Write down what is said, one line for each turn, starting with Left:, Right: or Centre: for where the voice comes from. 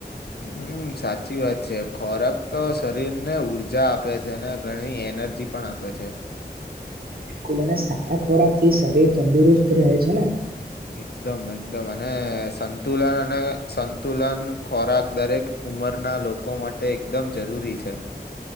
Left: હમ્મ, સાચી વાત છે. ખોરાક તો શરીરને ઊર્જા આપે છે અને ઘણી એ નર્જી પણ આપે છે.
Right: બિલકુલ અને સારા ખોરાક થી શરીર તંદુરસ્ત રહે છે ને?
Left: એકદમ એકદમ અને સંતુલન અને સંતુલન ખોરાક દરેક ઉંમરના લોકો માટે એકદમ જરૂરી છે.